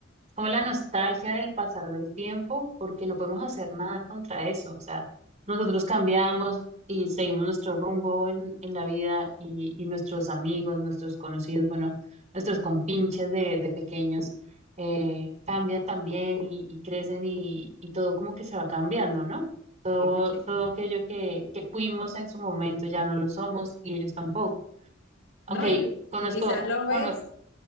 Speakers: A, on the right (about 35°); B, on the left (about 75°).
A: como la nostalgia del pasar del tiempo, porque no podemos hacer nada contra eso. O sea, nosotros cambiamos y seguimos nuestro rumbo en, en la vida y, y nuestros amigos, nuestros conocidos, bueno, nuestros compinches de, de pequeños eh, cambian también y, y crecen y, y todo como que se va cambiando, ¿no? Todo,
B: Sí, muchísimo
A: todo aquello que, que fuimos en su momento ya no lo somos y ellos tampoco. Aunque
B: No, y,
A: conozco,
B: y quizás los ves.
A: cono-